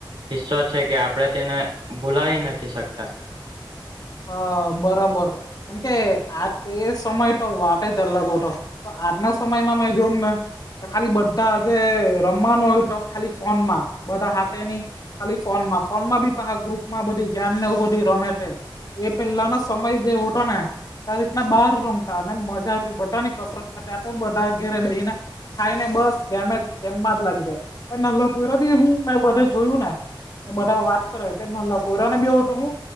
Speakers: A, on the right; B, on the left.
A: હિસો છે કે આપડણે તેને ભૂલાવી નથી શકતા
B: હ બરાબર કેમકે આ તે સમય તો વાત જ અલગ હતો તો આજના સમયમાં મે જોમ ને ખાલી બધા જે રમવાનું હોય તો ખાલી ફોન માં બધા હાની ખાલી ફોનમાં ફોન માં બી પહ ગ્રુપ માં બધી ગેમ ને એવ બધી રમે તે એ પેલાનો સમય જે હતો ને રીત ના બહાર રમતા ને મજા આવતી બધા ની કસરત થતી આટ બધા ઘેરે બેહી ને ખાઈને બસ ગેમે જ ગેમમાં જ લાગી જાય પણ નલ્લાપુ બી હું મેં બધે જોયું ને બધા વાત કરો એ નાના પોરા ને બે હવે તો હું